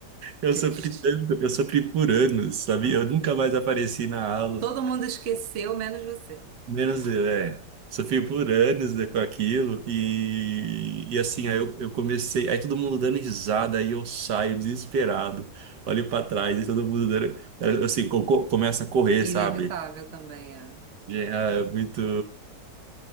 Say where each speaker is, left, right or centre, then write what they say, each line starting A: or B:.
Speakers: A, on the right; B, on the right.
A: Eu
B: Triste.
A: sofri tanto, eu sofri por anos, sabia? Eu nunca mais apareci na aula.
B: Todo mundo esqueceu, menos você.
A: Menos eu, é. Sofri por anos, né, com aquilo e, e assim, aí eu, eu comecei, aí todo mundo dando risada, aí eu saio desesperado, olho pra trás e todo mundo dando, eu, assim, co- co- começa a correr,
B: Inevitável
A: sabe?
B: também, é.
A: Já É muito,